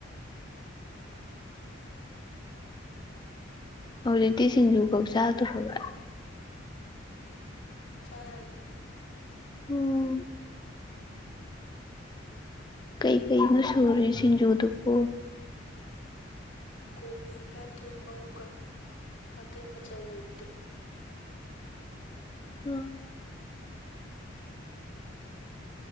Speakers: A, on the left (about 20°); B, on the left (about 65°).
A: ꯍꯧꯖꯤꯇꯤ ꯁꯤꯡꯖꯨ ꯀꯛ ꯆꯥꯗ꯭ꯔꯕ
B: ꯆꯔ
A: ꯎꯝ ꯀꯩꯀꯅꯣ ꯁꯨꯔꯤ ꯁꯤꯡꯖꯨꯗꯨꯕꯣ
B: ꯣꯕꯤꯒ ꯇꯜꯍꯧꯒ ꯑ ꯃꯆꯥꯥ ꯂꯩꯇꯦ
A: ꯎꯝ